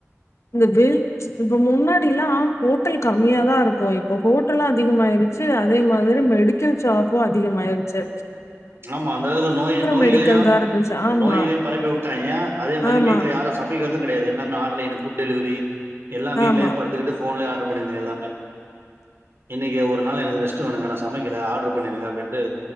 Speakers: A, on the left; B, on the right.
A: இந்த வெயில் இப்ப முன்னாடிலா ஹோட்டல் கம்மியாதான் இருக்கு இப்ப ஹோட்டலும் அதிகமாயிருச்சு அதே மாதிரி மெடிக்கல் ஷாப்பும் அதிகமாய்ட்டிச்சு
B: ஆமா அந்த அளவுக்கு நோய் நோய்களையும்
A: மெடிக்கல் தா இருந்துச்சு ஆமா
B: நோயிலு பரப்பி விட்டாய்ங்க அதேமாதிர
A: ஆமா
B: வீட்ல யாரு சமைக்கிறதும் கிடையாது எல்லாமே ஆன்லை பொட் டெலிவரி எல்லாம் வீட்டிலேயே
A: ஆமா
B: படுத்துக்கிட்டு போன்ல யே ஆர்டர் <unintelligible> எல்லாமே இன்னைக்கு ஒரு நாள் எனக்கு ரெஸ்ட் வேணுங்க நா சமைக்கல ஆடர் பண்ணிருங்க அப்டின்னு